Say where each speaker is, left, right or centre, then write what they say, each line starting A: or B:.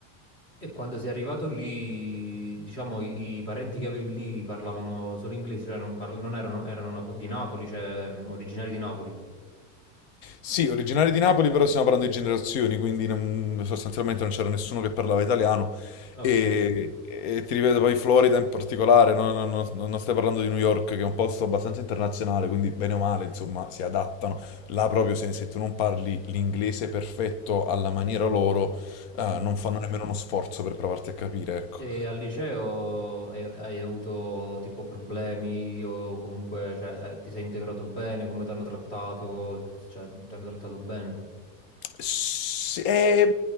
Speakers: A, on the left; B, on the left.
A: E quando sei arrivato lì, diciamo, i, i parenti che avevi lì parlavano solo inglese, cioè non, parla- non erano, erano napo- di Napoli, cioè mm, originari di Napoli.
B: Sì, originari di Napoli, però stiamo parlando di generazioni, quindi non- sostanzialmente non c'era nessuno che parlava italiano.
A: Ok.
B: E, e ti ripeto, poi in Florida in particolare, no- no- no- non stai parlando di New York, che è un posto abbastanza internazionale, quindi bene o male, insomma, si adattano. Là proprio se, se tu non parli l'inglese perfetto alla maniera loro, eh,
A: mm.
B: non fanno nemmeno uno sforzo per provarti a capire, ecco.
A: E al liceo hai, hai avuto tipo problemi o comunque, cioè, eh, ti sei integrato bene, come ti hanno trattato, cioè, ti hanno trattato bene?
B: Sì eh,